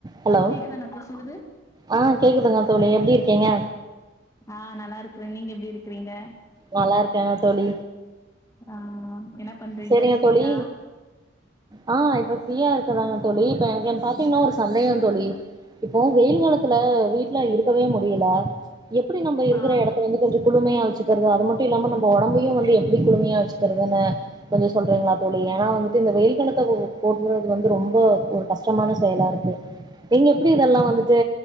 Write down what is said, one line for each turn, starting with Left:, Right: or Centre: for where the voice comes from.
Right: ஹலோ
Left: கேக்குதா நா பேசுறது
Right: ஆ கேக்குதுங்க தோழி எப்டி இருக்கீங்க
Left: ஆ நல்லா இருக்குற நீங்க எப்டி இருக்கிறீங்க
Right: நல்லா இருக்கேங்க தோழி
Left: ஆ என்னா பண்றீங்க
Right: செரிங்க
Left: ஃப்ரீயா
Right: தோழி ஆ இப்ப ஃப்ரீயா இருக்குறாங்க தோழி இப்ப எனக் என் பாத்தீங்ன்னா ஒரு சந்தேகம் தோழி இப்போ வெயில் காலத்துல வீட்ல இருக்கவே முடியல எப்டி நம்ப இருக்கிற
Left: ஆ
Right: எடத்த வந்து கொஞ்சம் குளுமையா வச்சு க்கிறது அது மட்டும் இல்லாம நம்ம ஒடம்பையும் வந்து எப்டி குளுமையா வச்சுக்கிறதுன்னே கொஞ்சம் சொல்றீங்ளா தோழி ஏன்னா வந்துட்டு இந்த வெயில் காலத்த போட்டுகிறது வந்து ரொம்ப ஒரு கஷ்டமான செயலா இருக்கு நீங்க எப்டி இதெல்லா வந்துட்டு